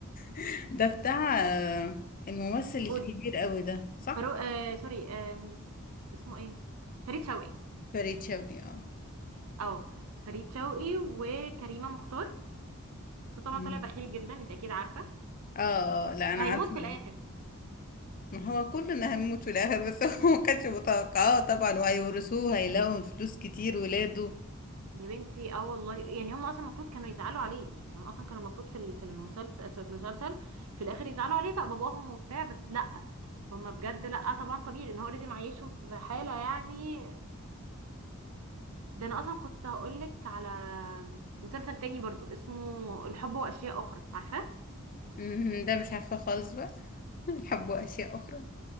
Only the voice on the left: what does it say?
<laughs> ده بتاع آه، الممثل الكبير
قوي ده صح
فريد شوقي اه
مم.
اه لا انا
عارفه
ما هو كلنا هنموت في الاخر بس هو ما كانش متوقعاه طبعا وهيورثوه هيلاقوا فلوس كتير ولاده
أمم، ده مش عارفه خالص بقى <laughs> الحبوا اشياء اخرى